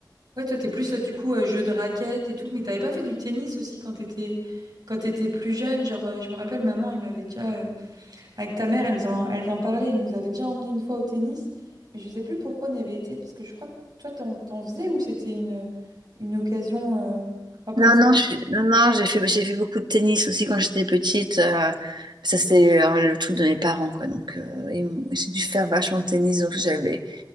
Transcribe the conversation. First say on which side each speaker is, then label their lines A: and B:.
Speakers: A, on the right; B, on the right.
A: ouais, toi, t'es plus euh, du coup euh, jeu de raquette et tout. Mais t'avais pas fait du tennis aussi quand t'étais quand t'étais plus jeune. Genre, euh, je me rappelle, maman, elle m'avait déjà euh, avec ta mère, elles en elles en parlaient. Elle nous avait déjà emmené une fois au tennis. Mais je sais plus pourquoi on y avait été parce que je crois que toi, t'en t'en faisais ou c'était une une occasion euh, enfin, comme
B: Non, non, je suis- non, non, j'ai fait, j'ai fait beaucoup de tennis aussi quand j'étais petite. euh, ça, c'est euh, le truc de mes parents, quoi. Donc, euh, et m- j'ai dû faire vachement de tennis. Donc, j'avais,